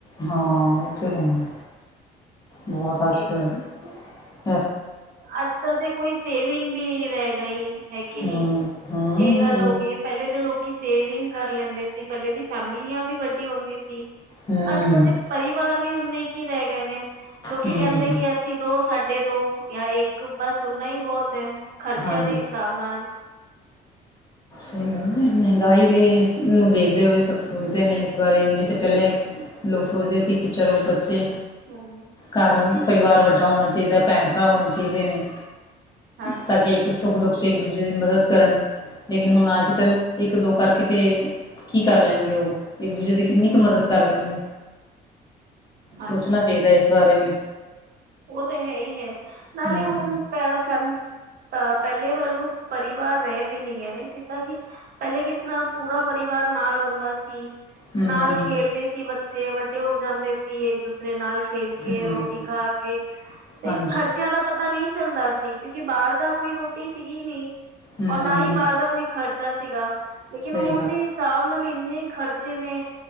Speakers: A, on the left; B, on the right.
A: ਹਾਂ ਉਹ ਤੇ ਲੈਣਾ ਬਹੁਤ ਅੱਜ
B: ਇਹ
A: ਕੱਲ੍ਹ
B: ਗੱਲ ਹੈ ਅੱਜ ਕਲ ਤੇ ਕੋਈ ਸੇਵਿੰਗ ਵੀ ਨਹੀਂੀ ਰਹਿ ਗਈ ਹੈਗੀ
A: ਹੂੰ
B: ਨਹੀਂੀ
A: ਹੂੰ
B: ਇਹ ਗੱਲ ਹੋ ਗਈ ਹੈ ਪਹਿਲੇ ਦੇ ਲੋਕ ਕਿ ਸੇਵਿੰਗ ਕਰ ਲੈਂਦੇ ਸੀ, ਪਹਿਲੇ ਦੀ ਫੈਮਲੀਆਂ ਵੀ ਵੱਡੀ ਹੁੰਦੀ ਸੀ।
A: ਹੂੰ
B: ਅੱਜ ਕੱਲ ਦੇ ਪਰਿਵਾਰ ਵੀ ਓਨੇ ਕੀ ਰਹਿ ਗਏ ਨੇ ਲੋਕੀ
A: ਹੂੰ
B: ਕਹਿੰਦੇ ਕਿ ਅਸੀਂ ਦੋ ਸਾਡੇ ਦੋ ਜਾਂ ਇੱਕ ਬਸ ਓਨਾ ਹੀ ਬਹੁਤ ਹੈ ਖ਼ਰਚਿਆਂ
A: ਹਾਂਜੀ
B: ਦੇ ਹਿਸਾਬ ਨਾਲ
A: ਸਹੀ ਗੱਲ ਹੈ ਮਹਿੰਗਾਈ ਦੇ ਨੂੰ ਦੇਖਦੇ ਹੋਏ ਸਭ ਸੋਚਦੇ ਨੇ ਇਸ ਬਾਰੇ ਇਨੀ ਤੇ ਪਹਿਲਾਂ ਲੋਕ ਸੋਚਦੇ ਸੀ ਕਿ ਚਲੋ ਬੱਚੇ
B: ਹੂੰ
A: ਘਰ ਪਰਿਵਾਰ ਵੱਡਾ ਹੋਣਾ ਚਾਹੀਦਾ ਭੈਣ ਭਰਾ ਹੋਣੇ ਚਾਹੀਦੇ ਨੇ
B: ਹਾਂਜੀ
A: ਤਾਂ ਕਿ ਇੱਕ ਸੁੱਖ ਦੁੱਖ ਇੱਕ ਦੂਜੇ ਦੀ ਮਦਦ ਕਰਨ ਲੇਕਿਨ ਹੁਣ ਅੱਜ ਕੱਲ੍ਹ ਇੱਕ ਦੋ ਕਰਕੇ ਤੇ ਕੀ ਕਰ ਲੈਣਗੇ ਉਹ ਇੱਕ ਦੂਜੇ ਦੀ ਕਿੰਨੀ ਕੁ ਮਦਦ ਕਰ ਲੈਣਗੇ
B: <inaudible> ਹਾਂਜੀ
A: ਸੋਚਣਾ ਚਾਹੀਦਾ ਇਸ ਬਾਰੇ ਵੀ
B: ਉਹ ਤਾਂ ਹੈ ਹੀ ਹੈ ਨਾਲੇ
A: ਹੂੰ
B: ਹੁਣ ਪੇ ਫੇਮ ਤਾਂ ਪਹਿਲੇ ਵਰਗੁ ਪਰਿਵਾਰ ਰਹੇ ਵੀ ਨੀ ਗਏ ਨੇ ਜਿੱਦਾਂ ਕਿ ਪਹਿਲੇ ਕਿਸ ਤਰ੍ਹਾਂ ਪੂਰਾ ਪਰਿਵਾਰ ਨਾਲ ਆਉਂਦਾ ਸੀ
A: ਹੂੰ
B: ਨਾਲ ਖੇਲਦੇ ਸੀ ਬੱਚੇ ਵੱਡੇ ਹੋ ਜਾਂਦੇ ਸੀ ਇੱਕ ਦੂਸਰੇ ਨਾਲ ਖੇਲ ਕੇ
A: ਹੂੰ
B: ਰੋਟੀ ਖਾ ਕੇ ਤੇ
A: ਹਾਂਜੀ
B: ਖ਼ਰਚਿਆਂ ਦਾ ਪਤਾ ਨਹੀਂ ਚੱਲਦਾ ਸੀ ਕਿਉਂਕਿ ਬਾਹਰ ਦਾ ਕੋਈ ਰੋਟੀ ਸੀਗੀ ਨਹੀਂ
A: ਹੂੰ
B: ਔਰ ਨਾ ਹੀ ਬਾਹਰ ਦਾ ਕੋਈ ਖਰਚ ਖਰਚਾ ਸੀਗਾ ਲੇਕਿਨ
A: ਸਹੀ
B: ਹੁਣ
A: ਗੱਲ
B: ਦੇ ਹਿਸਾਬ ਨਾਲ ਇੰਨੇ ਖ਼ਰਚੇ ਨੇ